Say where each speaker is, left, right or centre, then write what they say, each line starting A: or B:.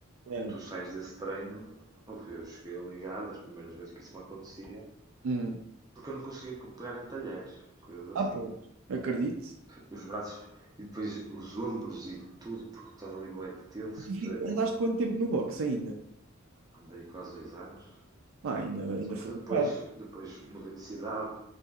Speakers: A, on the right; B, on the right.
A: É.
B: tu sais desse treino. Ouve, eu cheguei a ligar das primeiras vezes que isso me acontecia,
A: Uhum.
B: porque eu não conseguia co- pegar em talheres, coisas assim.
A: Ah, pois. Acredito.
B: Os braços e depois os ombros e tudo, porque estás ali bem tenso,
A: E tu
B: percebes?
A: fi- Andaste quanto tempo no boxe ainda?
B: Andei quase dois anos
A: Ah, ainda, ainda
B: Só
A: foi
B: que
A: um
B: depois,
A: bocado.
B: depois mudei de cidade